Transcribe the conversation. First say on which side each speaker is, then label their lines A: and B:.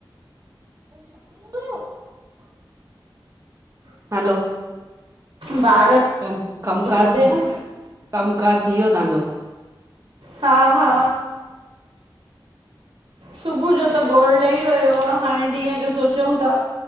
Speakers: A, on the right (about 35°); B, on the right (about 85°).
A: जा रा हूँ ना हलो।
B: ॿार।
A: कम कम कार
B: ॿुधे
A: थ
B: न
A: कम कार थी वयो तव्हांजो?
B: हा हा। सुबुह जो त गौढ लही वयो आहे हाणे ॾींहं जो सोचयू ता।